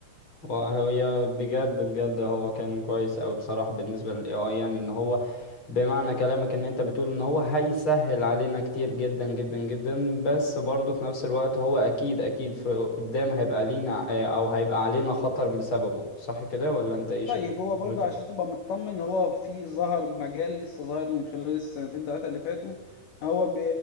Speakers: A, on the left (about 30°); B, on the left (about 60°).
A: وهي بجد بجد هو كان كويس أوي بصراحة بالنسبة لل AI يعني إن هو بمعنى كلامك ان انت بتقول ان هو هيسهل علينا كتير جدا جدا جدا بس برضه في نفس الوقت هو اكيد اكيد في قدام هيبقى لينا آه، او هيبقى علينا خطر بسببه صح كده ولا انت ايش
B: طيب هو
A: حضرتك
B: برضه عشان تبقى مطمن هو في ظهر مجال لسه ظاهر من خلال السنتين ثلاثة اللي فاتوا هو ب-